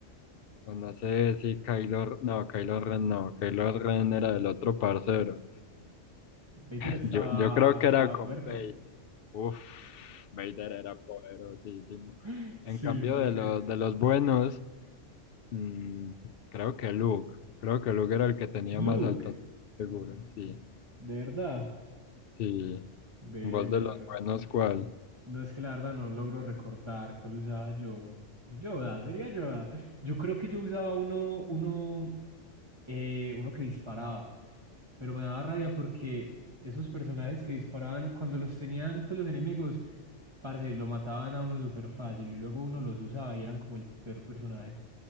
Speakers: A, on the left; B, on the right.
A: O no sé si Kylo... R- No, Kylo Ren no. Kylo Ren era del otro parcero.
B: Vader estaba,
A: Yo, yo creo que
B: estaba
A: era con
B: fuerte.
A: Vader. Uf, Vader era poderosísimo.
B: <laughs>
A: En
B: Sí,
A: cambio
B: va
A: de
B: que.
A: los, de los buenos, mm, creo que Luke. Creo que Luke era el que tenía
B: Luke,
A: más alto. Seguro, sí.
B: de verdad,
A: Sí.
B: ve,
A: Vos
B: muy
A: de
B: raro.
A: los buenos, ¿cuál?
B: No es que la verdad no logro recordar cuál usaba yo. Yoda, sería Yoda. Yo creo que yo usaba uno, uno, eh, uno que disparaba, pero me daba rabia porque esos personajes que disparaban cuando los tenían, pues los enemigos, parce, lo mataban a uno súper fácil y luego uno los usaba y eran como el peor personaje.